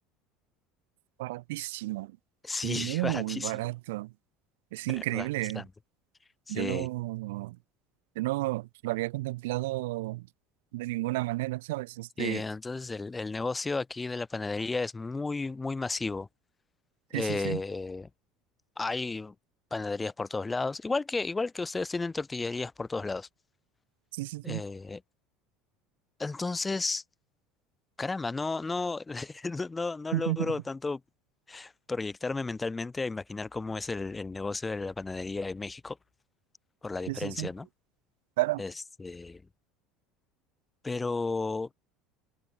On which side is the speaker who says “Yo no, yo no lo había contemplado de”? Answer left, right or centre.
Right